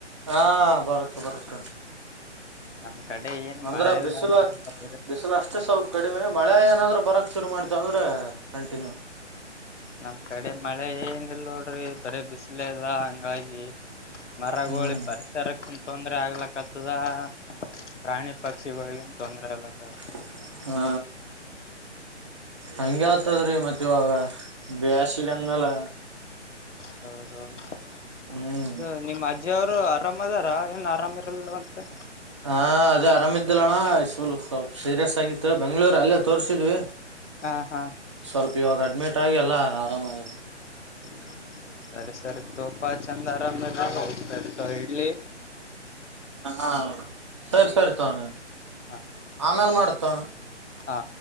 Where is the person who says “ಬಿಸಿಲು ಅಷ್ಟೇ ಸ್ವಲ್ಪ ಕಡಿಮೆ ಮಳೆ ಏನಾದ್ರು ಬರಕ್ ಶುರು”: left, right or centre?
Right